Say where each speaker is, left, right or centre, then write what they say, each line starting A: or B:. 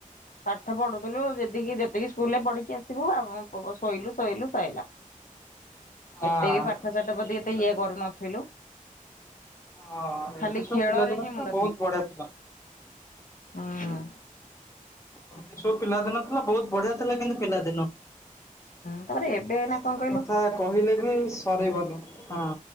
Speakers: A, on the left (about 70°); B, on the left (about 20°).
A: ପାଠ ପଢୁ ଥିଲୁ ଯେ ଯେତିକି ଯେତିକି ସ୍କୁଲ ରେ ପଢିକି ଆସିଥିବୁ ଆଉ ଶୋଇଲୁ ଶୋଇଲୁ ସଲା।
B: ହଁ।
A: ଏତେ ବି ପାଠ ସାଠ
B: ଏମତି
A: ପ୍ରତି ଏତେ
B: ସବୁ
A: ଇଏ କରୁନଥିଲୁ।
B: ହଁ
A: ଖାଲି
B: ଏମିତି ସବୁ
A: ଖେଳରେ
B: ପିଲା ଦିନ
A: ହିଁ ମୁଣ୍ଡ
B: ଥିଲା ବହୁତ ବଢିଆ ଥିଲା।
A: ହଁ।
B: ଏମିତି ସବୁ ପିଲାଦିନ ଥିଲା ବହୁତ ବଢିଆ ଥିଲା କିନ୍ତୁ ପିଲାଦିନ।
A: ତାପରେ
B: ପିଲା
A: ଏବେ ଏଇନା କଣ
B: ଦିନ
A: କହିଲୁ
B: କଥା କହିଲେ ବି ସରିବନି ହଁ।